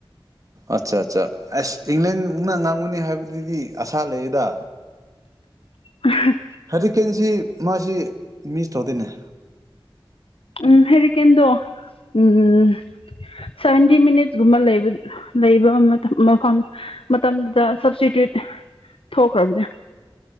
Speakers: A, on the right; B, on the left.
A: ꯑꯠꯆꯥ ꯑꯠꯆꯥ ꯑꯁ ꯏꯪꯂꯦꯟꯅ ꯉꯥꯡꯒꯅꯤ ꯍꯥꯏꯕꯗꯨꯗꯤ ꯑꯁꯥ ꯂꯩꯌꯦꯗ
B: ꯑ
A: ꯍꯧꯖꯤꯛꯀꯦꯟꯁꯤ ꯃꯥꯁꯤ ꯃꯤꯁ ꯇꯧꯗꯣꯏꯅꯦ
B: ꯎꯝ ꯍꯦꯔꯤꯀꯦꯟꯗꯣ ꯎꯝ ꯁꯚꯦꯟꯇꯤ ꯃꯤꯅꯤꯠꯁꯒꯨꯝꯕ ꯂꯩꯕ ꯂꯩꯕ ꯃꯐꯝ ꯃꯇꯝꯗꯨꯗ ꯁꯕꯁꯇꯤꯇ꯭ꯌꯨꯠ ꯊꯣꯛꯈ꯭ꯔꯕꯅꯦ